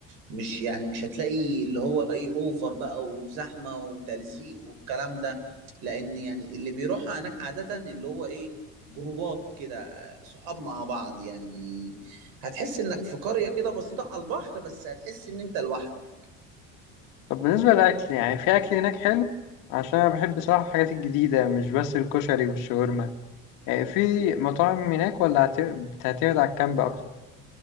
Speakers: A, on the right; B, on the left.
A: مش يعني مش هتلاقي اللي هو إيه أوفر بقى وزحمة وتلزيق والكلام ده لأن يعني اللي بيروح هناك عادة اللي هو إيه جروبات كده صحاب مع بعض يعني هتحس إنك في قرية كده بسيطة على البحر بس هتحس إن أنت لوحدك
B: طب بالنسبة للأكل يعني في أكل هناك حلو عشان أنا بحب بصراحة الحاجات الجديدة مش بس الكشري والشاورما يعني في مطاعم هناك ولا هت- هتعتمد على الكامب أكتر